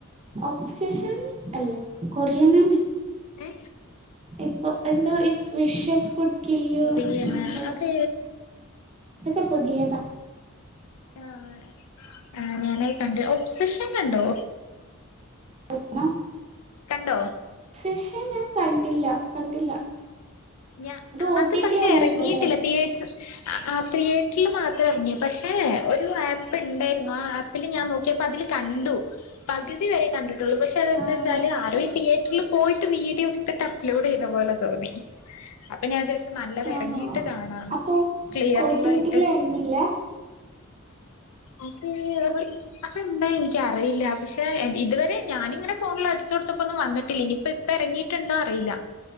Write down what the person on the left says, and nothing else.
ഏ
കൊറിയനാ
അത്
ആഹ് ആ ഞാനായി കണ്ട, ഒബ്സഷൻ കണ്ടോ?
കണ്ടോ?
ഞാ
അത്
പക്ഷെ
ഇറങ്ങിയിട്ടില്ല. തിയേറ്ററ് ആ തിയേറ്ററില് മാത്ര എറങ്ങെ. പക്ഷെ ഒരു ആപ്പ് ഉണ്ടായിരുന്നു. ആ ആ പ്പില് ഞാൻ നോക്കിയപ്പോ അതില് കണ്ടു. പകുതി വരെ കണ്ടിട്ടുള്ളൂ. പക്ഷെ അതെന്താ
വച്ചാല് ആരോ തിയേറ്ററിൽ പോയിട്ട് വീഡിയോടുത്തിട്ട്, അപ് ലോഡ് ചെയ്ത പോലെ തോന്നി. അപ്പൊ ഞാൻ വിചാരിച്ചു നല്ലത്
ഇറങ്ങീയിട്ട് കാണാന്ന്.
ക്ലിയറലായിട്ട്.
അത് <unintelligible> അത് എന്താ എനിക്കറിയില്ല. പക്ഷെ ഇതുവരെ ഞാനിങ്ങനെ ഫോണിൽ അടി ചൊടുത്തപ്പോന്നും വന്നിട്ടില്ല. ഇനിയിപ്പ ഇപ്പ ഇറങ്ങിട്ടുണ്ടോ അറിയില്ല.